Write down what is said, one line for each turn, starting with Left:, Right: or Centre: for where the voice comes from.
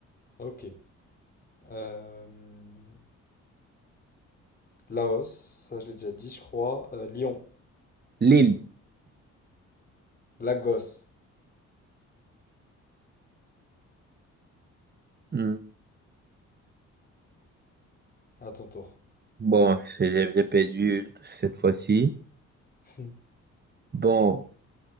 Left: Ok. Euh, Laos, ça je l'ai déjà dit, je crois. Euh, Lyon.
Right: Lille.
Left: Lagos.
Right: hmm,
Left: À ton tour.
Right: Bon, c'est- j'ai j'ai perdu cette fois-ci.
Left: <laughs>
Right: Bon,